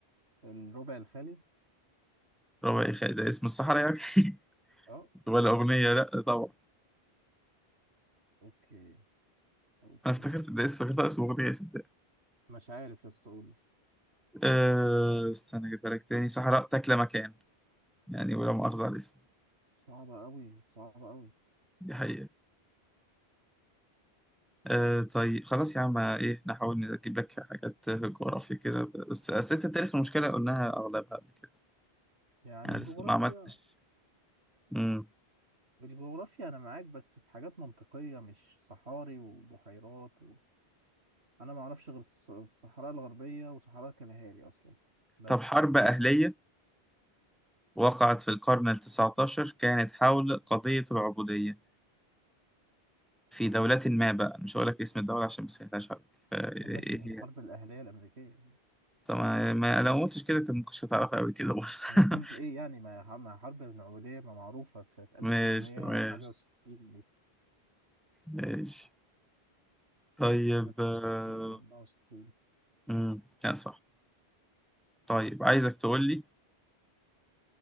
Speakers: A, on the right; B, in the centre.
A: الربع الخالي
B: ربع إخاء ده اسم الصحراء يعني <laughs>
A: اه
B: ولا أغنية لا طبعا
A: اوكي اوكي
B: أنا افتكرت ده اسم افتكرت اسم أغنية صدق
A: مش عارف يا اسطى قول لي.
B: أه استنى أجيبها لك تاني صحراء تاكل مكان يعني ولا مؤاخذة على الاسم
A: صعبه قوي صعبه قوي
B: دي حقيقة آه طيب خلاص يا عم ايه نحاول نجيب لك حاجات في الجغرافيا كده بس أسئلة التاريخ المشكلة قلناها أغلبها قبل كده
A: يعني
B: أنا
A: الجغرافيا
B: لسه ما عملتش مم.
A: الجغرافيا انا معاك بس في حاجات منطقيه مش صحاري وبحيرات و... انا ما اعرفش غير الص- الصحراء الغربيه وصحراء كالهاري اصلا بس
B: طب حرب أهلية وقعت في القرن التسعتاشر كانت حول قضية العبودية في دولة ما بقى مش هقول لك اسم الدولة عشان ما سهلاش عليك فإيه
A: طب ماشي والحرب
B: هي
A: الاهليه الامريكيه
B: طب ما ما- لو ما قلتش كده كان ممكن هتعرفها أوي كده برضه
A: هيكون
B: <laughs>
A: ايه يعني ما ما حرب النوويه ما معروفه في سنه 1800
B: ماشي ماشي
A: حاجه و60 دي
B: ماشي طيب
A: 63
B: آه،
A: 64
B: مم. لا صح طيب عايزك تقول لي